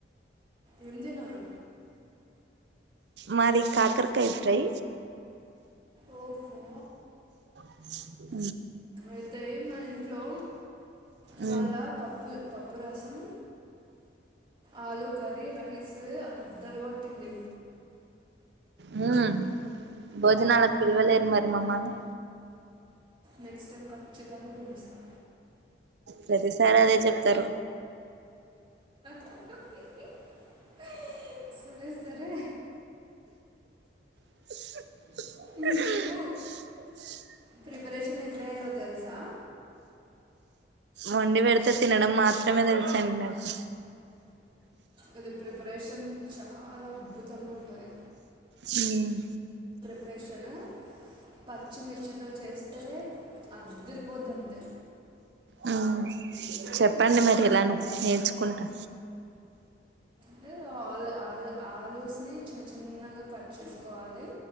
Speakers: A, on the right; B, on the right.
A: ఏం తిన్నరు
B: మాది కాకరకాయ్ ఫ్రై
A: ఓఫో
B: బ్లాంక్
A: అయితే మా ఇంట్లో ఇవాళ
B: మ్మ్
A: పప్పు పప్పు రసం ఆలు కరీ రైస్ అదరగొట్టింది
B: హ్ భోజనాలకు
A: మ్మ్.
B: పిలువలేరు మరి మమ్మల్ని
A: నెక్స్ట్ టైం ఖచ్చితంగ పిలుస్తా
B: ప్రతిసారి అదే చెప్తరు
A: బ్లాంక్ సరే సరే
B: <inaudible>
A: మీకు
B: బ్లాంక్
A: ప్రిపరేషన్ ఎట్ల చెయాలో తెలుసా
B: వండి వెడితే తినడం మాత్రమే తెలుసండి నాకు
A: ఇది ప్రిపరేషన్ చాలా అద్భుతంగా ఉంటది
B: హుమ్
A: ప్రేషను పచ్చిమిర్చితో చేస్ తే అదిరిపోద్దంతే
B: మ్మ్ చెప్పండి మరి ఎలానో నేర్చుకుంటా
A: లే ఆ ఆల్ ఆల్ ఆలూస్ ని చిన్న చిన్నగ కట్ చేకోవాలి